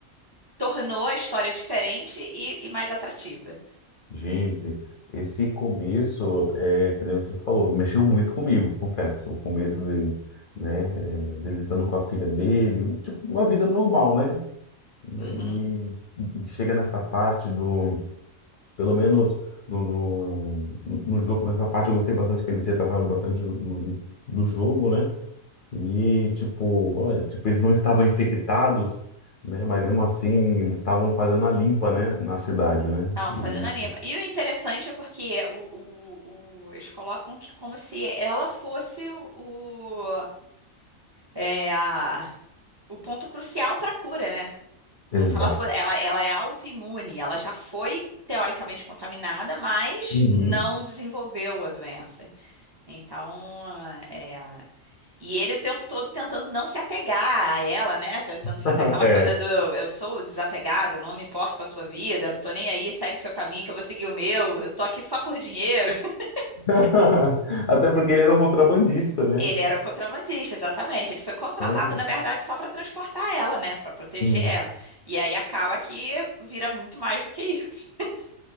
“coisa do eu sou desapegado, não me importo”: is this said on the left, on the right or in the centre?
Right